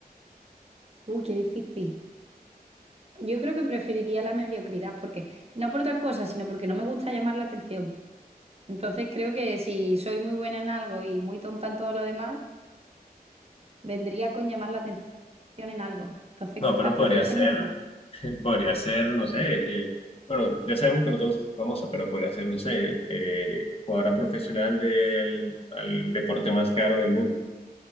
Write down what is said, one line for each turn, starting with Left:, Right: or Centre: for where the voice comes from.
Right: Uy, qué difícil. Yo creo que preferiría la mediocridad, porque no por otra cosa, sino porque no me gusta llamar la atención. Entonces creo que si soy muy buena en algo y muy tonta en todo lo demás, vendría con llamar la atención en algo. Entonces,
Left: No,
Right: quizás
Left: pero podría
Right: prefiero
Left: ser
Right: ser normal
Left: Podría ser, no sé, eh, bueno, ya sabemos que no te gusta ser famosa, pero podría ser, no sé, eh, jugadora profesional del al deporte más caro del mundo.